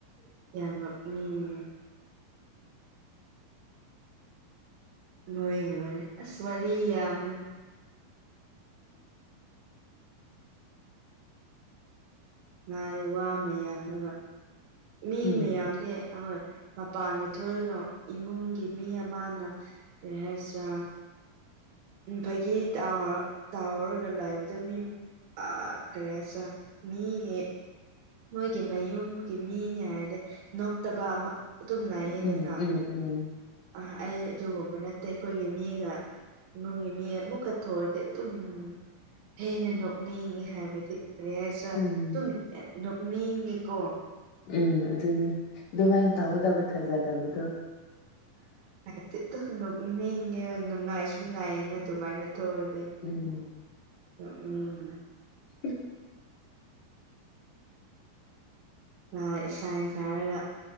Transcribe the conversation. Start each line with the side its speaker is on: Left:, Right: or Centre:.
Right: ꯌꯥꯝ ꯅꯣꯛꯅꯤꯡꯉꯦ ꯃꯣꯏꯒꯤ ꯋꯥꯔꯤ ꯑꯁ ꯋꯥꯔꯤ ꯌꯥꯝꯃꯦ ꯉꯥꯏꯔꯦ ꯋꯥ ꯃꯌꯥꯝꯗꯨꯒ ꯃꯤ
Left: ꯎꯝ
Right: ꯃꯌꯥꯝꯗꯤ ꯍꯣꯏ ꯃꯄꯥꯟꯗ ꯊꯣꯛꯑꯒ ꯏꯃꯨꯡꯒꯤ ꯃꯤ ꯑꯃꯅ ꯀꯔꯤ ꯍꯥꯏꯁꯤꯔꯥ ꯎꯝ ꯐꯒꯤ ꯇꯥꯎ ꯇꯥꯎꯔꯒ ꯂꯩꯕꯗ ꯃꯤ ꯑꯥ ꯀꯔꯤ ꯍꯥꯏꯁꯤꯔ ꯃꯤꯒꯤ ꯃꯣꯏꯒꯤ ꯃꯌꯨꯝꯒꯤ ꯃꯤꯅꯤ ꯍꯥꯏꯔꯗꯤ ꯅꯣꯛꯇꯕ ꯑꯃ ꯑꯗꯨꯝ ꯂꯩꯌꯦꯗꯅ
Left: ꯎꯝ ꯎꯝ ꯎꯝ
Right: ꯑ ꯑꯩ ꯑꯗꯨꯒꯨꯝꯕ ꯅꯠꯇꯦ ꯑꯩꯈꯣꯏꯒꯤ ꯃꯤꯒ ꯏꯃꯨꯡꯒꯤ ꯃꯤ ꯑꯃꯨꯛꯀ ꯊꯣꯛꯑꯗꯤ ꯑꯗꯨꯝ ꯍꯦꯟꯅ ꯅꯣꯛꯅꯤꯡꯉꯦ ꯍꯥꯏꯕꯗꯤ ꯀꯔꯤ ꯍꯥꯏꯁꯤꯔꯥ
Left: ꯎꯝ
Right: ꯑꯗꯨꯝ ꯅꯣꯛꯅꯤꯡꯉꯦꯀꯣ
Left: ꯎꯝ ꯑꯗꯨꯅꯤ ꯑꯗꯨꯃꯥꯏꯅ ꯇꯧꯒꯗꯕ ꯊꯥꯖꯗꯕꯗꯣ
Right: ꯑꯩꯗꯤ ꯗꯨꯝ ꯅꯣꯛꯅꯤꯡꯉꯦ ꯅꯨꯡꯉꯥꯏꯁꯨ ꯅꯨꯡꯉꯥꯏꯌꯦꯅ ꯑꯗꯨꯃꯥꯏꯅ ꯇꯧꯔꯗꯤ
Left: ꯎꯝ
Right: ꯅꯣꯛꯅꯤꯡꯉꯤ
Left: <inaudible>
Right: ꯍꫭꯏ ꯏꯁꯥꯏ ꯁꯥꯔꯒ